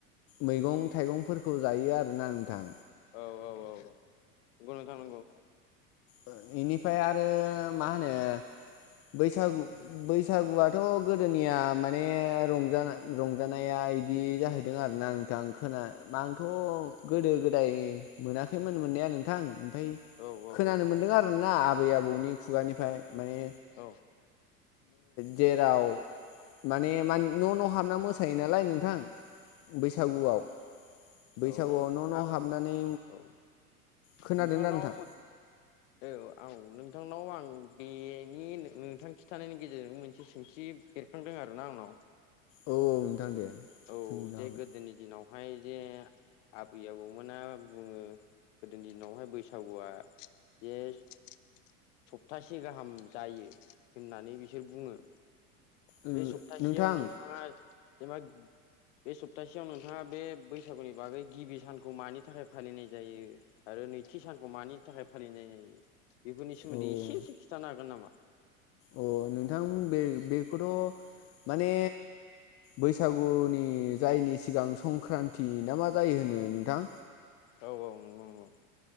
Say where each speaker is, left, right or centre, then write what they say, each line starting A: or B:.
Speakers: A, on the left; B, on the left.
A: मैगं थाइगं थायगंफोर खौ जायो आरोना नोंथां
B: औ औ औ औ नंगौ नोंथां नंगौ
A: ओ एनिफाय आरो मा होनो बैसागु बैसागुआथ' गोदोनिया माने रंजानाय रंजानाया इदि जाहैदों आरोना नोंथां खोना आंथ' गोदो गोदाय मोनाखैमोन मोननाया नोंथां ओमफाय
B: औ औ
A: खोनानो मोनदों आरो ना ना आबै आबौनि खुगानिफाय माने
B: औ
A: जेराव माने न' न' हाबना मोसायो नालाय नोंथां बैसागुआव बैसागुआव
B: औ औ
A: न' न'
B: आं
A: हाबनानै
B: औ
A: खोनादों
B: नोंथांनाव
A: दा नोंथां
B: औ औ नोंथांनाव आं बेनि नोंथां खि थानायनि गेजेरजों मोनसे सोंथि बेरखांदों आरोोना आंनाव
A: औ औ नोंथां दे
B: औ
A: सोंनो
B: जे
A: हागोन
B: गोदोनि दिनावहाय जे आबै आबौमोना बुङो गोदोनि दिनावहाय बैसागुआ एस सप्तासे गाहाम जायो होननानै बिसोर बुङो
A: ओ
B: बे सप्तासेयाव
A: नोंथां
B: नोंथाङा जेनबा बे सप्तासेयाव नोंथाङा बे बैसागुनि बागै गिबि सानखौ मानि थाखाय फालिनाय जायो आरो नैथि सानखौ मानि थाखाय फालिनाय जायो बेफोरनि सोमोन्दै
A: औ
B: एसे
A: औ
B: एसे खिन्थानो हागोन नामा
A: अ नोंथां बे बेखौथ माने बैसागुनि जायनि सिगां संक्रान्ति ना मा जायो होनो नोंथां
B: औ औ नंगौ नंगौ